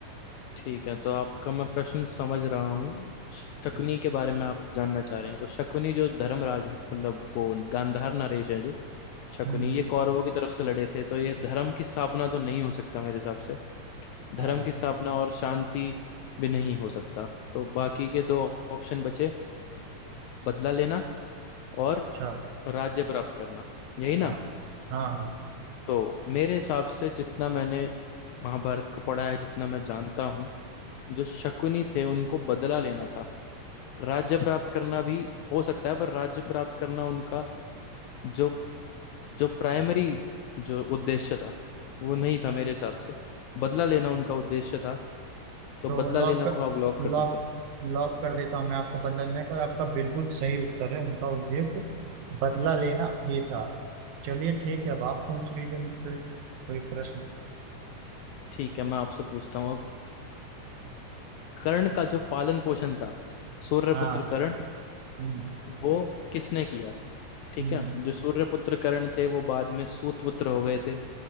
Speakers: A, on the left; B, on the right.
A: ठीक है तो आपका मैं प्रश्न समझ रहा हूँ शकुनी
B: हम्म
A: के बारे में आप जानना चाह रहे हैं तो शकुनी जो धर्मराज है मतलब वो गांधार नरेश है जो शकुनी
B: हम्म, हम्म।
A: ये कौरवों की तरफ से लड़े थे तो ये धर्म की स्थापना तो नहीं हो सकता मेरे हिसाब से
B: हाँ
A: धर्म की स्थापना और शांति भी नहीं हो सकता तो बाकी के दो ऑप्शन बचे बदला लेना और
B: अच्छा
A: राज्य प्राप्त करना यही
B: हाँ
A: ना
B: हाँ हाँ
A: तो मेरे हिसाब से जितना मैंने महाभारत को पढ़ा है जितना मैं जानता हूँ जो शकुनी थे उनको बदला लेना था राज्य प्राप्त करना भी हो सकता है पर राज्य प्राप्त करना उनका जो जो प्राइमरी जो उद्देश्य था वो नहीं था मेरे हिसाब से बदला लेना उनका उद्देश्य था तो
B: तो
A: बदला
B: लॉक
A: लेना
B: कर
A: को आप लॉक कर
B: लॉक
A: दीजिए
B: लॉक कर देता हूँ मैं आपको बदला लेने को आपका बिल्कुल सही उत्तर है उनका उद्देश्य बदला लेना ही था चलिए ठीक है अब आप पूछ लीजिए मुझसे कोई प्रश्न
A: ठीक है मैं आपसे पूछता हूँ अब कर्ण का जो पालन पोषण था सूर्यपुत्र
B: हाँ
A: कर्ण
B: हम्म
A: वो किसने किया ठीक
B: हम्म
A: है जो सूर्यपुत्र कर्ण थे वो बाद में सूतपुत्र हो गए थे